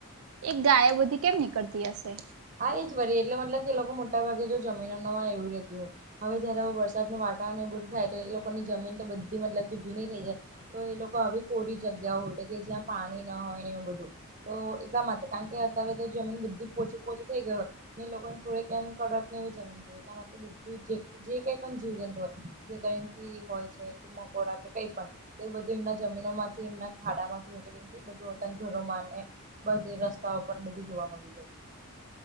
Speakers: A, on the right; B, on the right.
A: એક ગાયો બધી કેમ નીકળતી હશે.
B: હા એ જ વરી એટલે મતલબ કે એ લોકો મોટા ભાગે જો જમીનો ન હોય એવી રહેતી હોય. હવે જયારે આવું વરસાદનું વાતાવરણ એ બધું થાય તો એ લોકોની જમીન તો બધી મતલબ કે ભીની થઈ જાય. તો એ લોકો આવી કોરી જગ્યાઓ હોધે કે જ્યાં પાણી ન હોય ને એવું બધું. તો એટલા માટે કારણ કે અત્યારે તો જમીન બધી પોચી પોચી થઈ ગયો હો એ લોકોને થોડીક કેમ કડક ને એવી જમીન જોઇએ એટલા માટે બધું જ એક જે કઈ પણ જીવ જંતુ હોય જે ક કેરી હોય છે કે મકોડા કે કઈ પણ. તો એ બધું એમના જમીનોમાંથી એમના ખાડામાંથી નીકળી નીકળી ને બધું ઘરોમાંને બધ રસ્તાઓ પણ બધું જોવા મળી જાય.